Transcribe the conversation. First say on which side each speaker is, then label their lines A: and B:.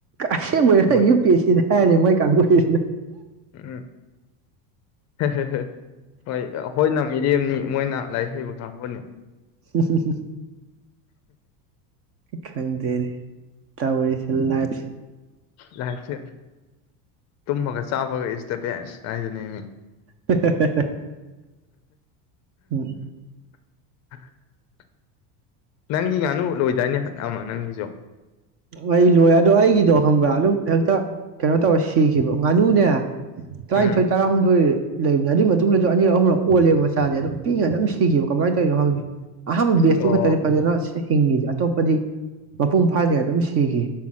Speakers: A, on the right; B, on the left.
A: ꯑꯁꯦꯡꯕꯩꯔꯣ
B: ꯃꯣꯏ
A: ꯌꯨ ꯄꯤ ꯑꯦꯁꯁꯤꯗ ꯍꯅꯦ ꯃꯣꯏ ꯀꯥꯡꯕꯨ <unintelligible>
B: ꯎꯝ ꯍꯦ ꯍꯦ ꯍꯦ ꯍꯣꯏ ꯑꯈꯣꯏꯅ ꯃꯤꯔꯦꯝꯅꯤ ꯃꯣꯏꯅ ꯂꯥꯏꯔꯤꯛ ꯍꯩꯕ ꯀꯥꯡꯕꯨꯅꯦ
A: <unintelligible> ꯈꯪꯗꯦꯅꯦ ꯇꯧꯔꯤꯁꯦ ꯂꯥꯏꯞꯁꯦ
B: ꯂꯥꯏꯞꯁꯦ ꯇꯨꯝꯃꯒ ꯆꯥꯕꯒ ꯏꯁ ꯗ ꯕꯦꯁ ꯍꯥꯏꯖꯅꯤꯃꯤ
A: <unintelligible> ꯎꯝ
B: <unintelligible> ꯅꯪꯒꯤ ꯉꯥꯅꯨ ꯂꯣꯏꯗꯥꯏꯅꯦ <unintelligible> ꯅꯪꯒꯤꯁꯨꯣ
A: ꯑꯩ ꯂꯣꯏ ꯑꯗꯣ ꯑꯩꯒꯤꯗꯣ ꯍꯪꯕ꯭ꯔꯥ ꯑꯗꯨꯝ ꯍꯦꯛꯇ ꯀꯩꯅꯣ ꯇꯧꯔ ꯁꯤꯈꯤꯕ ꯉꯥꯅꯨꯅꯦ ꯇꯔꯥꯅꯤꯊꯣꯏ
B: ꯎꯝ
A: ꯇꯔꯥꯍꯨꯝꯗꯣꯏ ꯂꯩꯕꯅꯦ ꯑꯗꯨꯒꯤ ꯃꯇꯨꯡꯗꯁꯨ ꯑꯅꯤꯔꯛ ꯑꯍꯨꯝꯂꯛ ꯑꯣꯜꯂꯦꯕ ꯃꯆꯥꯁꯦ ꯑꯗꯨꯝ ꯄꯤꯉ ꯑꯗꯨꯝ ꯁꯤꯈꯤꯕ ꯀꯃꯥꯏꯅ ꯇꯧꯔꯤꯅꯣ ꯍꯪꯉꯦ ꯑꯍꯥꯟꯕ ꯕꯦꯁꯇꯣ
B: ꯑꯣ
A: ꯈꯛꯇꯅꯦ <unintelligible> ꯍꯤꯡꯉꯤꯁꯦ ꯑꯇꯣꯞꯄꯗꯤ ꯃꯄꯨꯡ ꯐꯥꯖꯦ ꯑꯗꯨꯝ ꯁꯤꯈꯤ